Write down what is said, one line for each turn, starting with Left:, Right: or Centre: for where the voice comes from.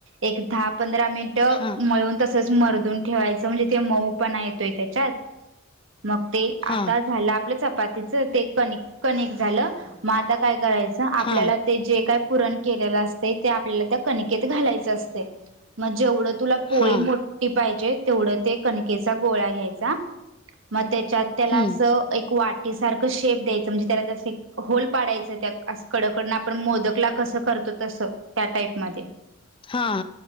Right: एक दहा पंध मिनट
Left: हा
Right: मळून तसच मरदून ठेवायच. रायच म्हणजे ते मऊ, पणा येतोय त्याच्यात मग ते
Left: हा
Right: आता झालं आपलं चपातीच ते कणिक कणिक झालं मग आता काय करायचं आपल्याला
Left: हा
Right: ते जे काय पुरण, केलेलं असतय ते आपल्याला त्या कणिकेत घालायचं असतय. म जेवढं तुला पोळी
Left: हा
Right: मोठी पाहिजे तेवढं, ते कणकेचा गोळा घ्यायचा म तेच्यात तेला
Left: हम्म
Right: अस एक वाटिसारख शे शेप द्यायच म्हणजे त्याला ते अस एक होल पाडायच त्या कडकडन आप मोद कस करतो तस त्या टाईप मध्ये
Left: हा